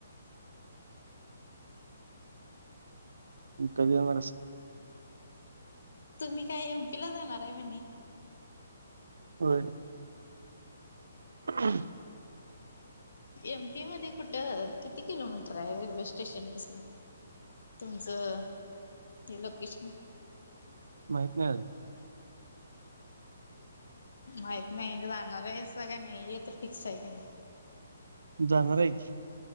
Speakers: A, on the right; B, on the left.
A: परीणार रस
B: तुम्ही काय एम पी ला जाणार आहे म्हणे
A: होय हं
B: एमपी मध्ये कुठं किती किलोमीटर आहे रेल्वे स्टेशन पासून तुमचं ते लोकेशन
A: माहित नाही
B: माहित नाही जाणार आहे स का नाही य तर फिक्स आहे का नाही
A: जानर आहेची